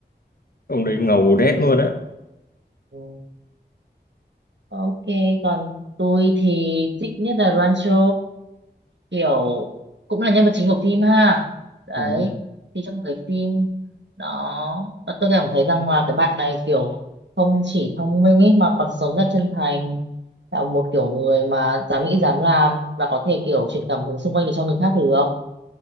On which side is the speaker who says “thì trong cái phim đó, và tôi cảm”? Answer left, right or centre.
Right